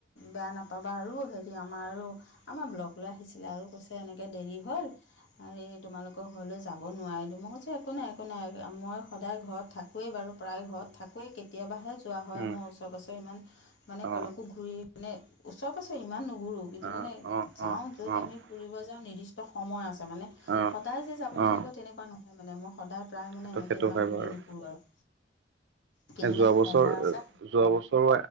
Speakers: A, on the left (about 85°); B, on the right (about 75°).
A: বেয়া নাপাবা আৰু, হেৰি আমাৰ আৰু আমাৰ ব্লকলৈ আহিছিলে আৰু কৈছে এনেকে দেৰি হ'ল আহি তোমালোকৰ ঘৰলৈ যাব নোৱাৰিলোঁ, মই কৈছোঁ একো নাই, একো নাই, মই সদায় ঘৰত থাকো ৱেই বাৰু, প্ৰায় ঘৰত থাকোৱেই, কেতিয়াবাহে যোৱা হয়
B: উম
A: মোৰ ওচৰে পাজৰে ইমান মানে কলৈকো
B: অ
A: ঘূৰি নে ওচৰে পাঁজৰে, ইমান নুঘুৰোঁ। কিন্তু
B: অ
A: মানে
B: অ
A: যাওঁ
B: অ
A: য'ত
B: অ
A: আমি ফুৰিব যাওঁ, নিৰ্দিষ্ট সময় আছে মানে
B: অ
A: সদায় যে যাব লাগিব
B: অ
A: তেনেকুৱা নহয় মানে, মই সদায় প্ৰায় মানে
B: সেইটো
A: এনেকে
B: সেইটো
A: ইমান
B: হয়
A: ঘূৰি
B: বাৰু
A: নুফুৰো আৰু কিন্তু
B: যোৱা
A: মানে
B: বছৰ
A: সময়
B: এ
A: আছে
B: যোৱা বছৰ,